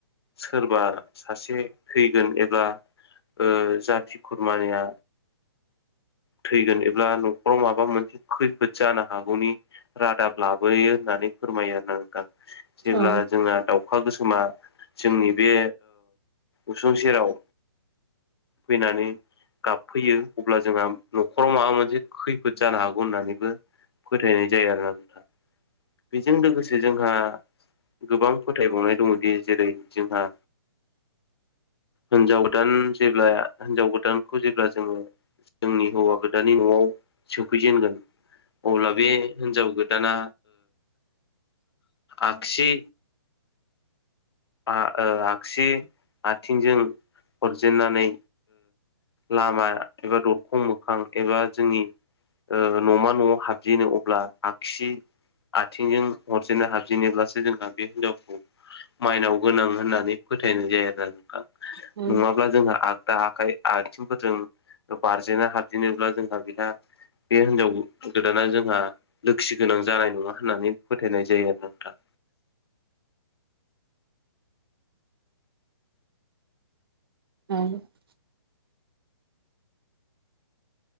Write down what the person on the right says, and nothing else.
औ
औ
औ